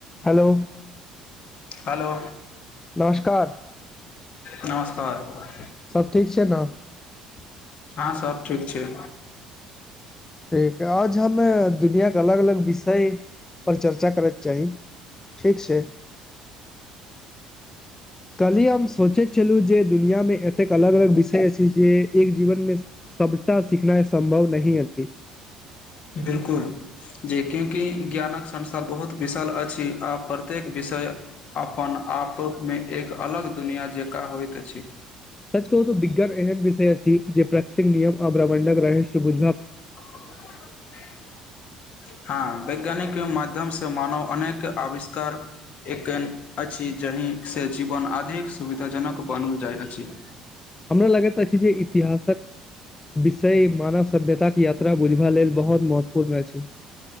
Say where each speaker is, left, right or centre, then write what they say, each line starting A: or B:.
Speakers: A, on the left; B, on the left.
A: Hello.
B: Hello.
A: नमस्कार। <unintelligible>
B: नमस्कार। <unintelligible>
A: सब ठीक छै ने। <inaudible>
B: हां सब ठीक छै।
A: त आज हमे दुनियाके अलग अलग विषय पर चर्चा करक चाही, ठीक छै। काल्हि हम सोचैत छलहुं जे दुनियामे एतेक अलग अलग विषय अछि जे एक जीवन मे सबटा सिखनाइ सम्भव नहि अछि।
B: बिलकुल, जे क्यूँकि ज्ञानक संसार बहुत विशाल अछि आ प्रत्येक विषय अपन आपमे एक अलग दुनिया जकां होइत अछि।
A: सच कहू त बिज्ञान एहन विषय जे प्रकतिक नियम आ ब्र्मण्डक रहस्य बुझ।
B: <unintelligible> हँ वैज्ञानिक मध्यम सं। मानव अनेक आविष्कार एकन अछि जहिसँ जीवन अधिक सुविधाजनक बनल जाइत अछि।
A: हमरा लागैत अछि जे इतिहासक। विषय मानव सभ्यताके यात्रा बुझबा लेल बहुत महत्वपूर्ण अछि। <unintelligible>